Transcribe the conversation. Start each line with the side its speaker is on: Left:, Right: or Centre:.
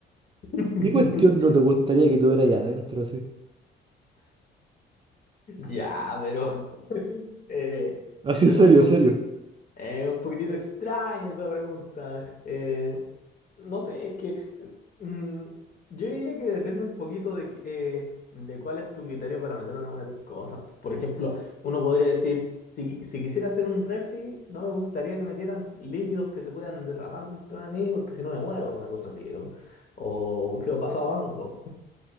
Left: <laughs>
Right: ¿Qué cuestión no te gustaría que tuviera ahí adentro así?
Left: Ya, pero eh,
Right: Así,
Left: es
Right: serio,
Left: un, po-
Right: serio.
Left: eh, un poquitito extraña esa pregunta. Eh, no sé, es que mm, yo diría que depende un poquito de, que- eh, de cuál es tu criterio para meter o no meter cosas. Por ejemplo, uno podría decir, si, qui- si quisiera hacer un refri, no me gustaría que metieran líquidos que se puedan derramar dentro de mí porque si no me muero, una cosa así. O, o quedo pasado a hongos.